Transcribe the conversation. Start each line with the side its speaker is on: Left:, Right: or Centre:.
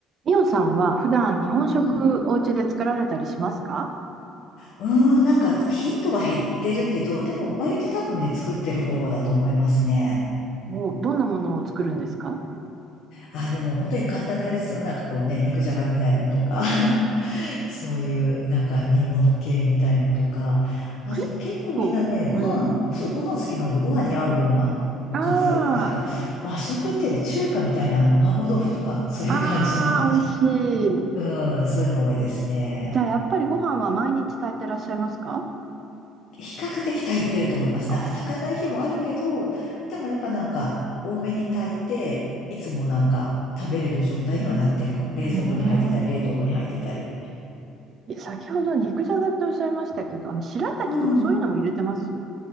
Right: みおさんは普段日本食お家で作られたりしますか
Left: うん。うーん、なんか頻度は減ってるけど、でも割と多分ね、作ってる方だと思いますね。
Right: もうどんなものを作るんですか
Left: あー、でも本当に簡単なんですよ。なんかこうね、肉じゃがみたいのとか、<laughs> そういうなんか煮物系みたいのとか、あと結構みんなね、
Right: それって結構、
Left: ご飯、
Right: ええ
Left: そう、ご飯好きなのでご飯に合うようなおかず、
Right: あ
Left: なんか和食っていうより中華みたいなあの麻婆豆腐とか、そういう感じの、
Right: あ、ああ、美味しい。
Left: うん、そういうの多いですね。
Right: じゃあやっぱりご飯は毎日炊いてらっしゃいますか
Left: 比較的炊いてると思います。
Right: あ
Left: なんか炊かない日もあるけど、でもやっぱなんか多めに炊いて、いつもなんか食べれる状態にはなってるかも。冷蔵庫に入ってたり、
Right: うーん
Left: 冷凍庫に入ってたり。
Right: 先ほど肉じゃがっておっしゃいましたけど、あの白滝とかそういうのも入れてます
Left: うん。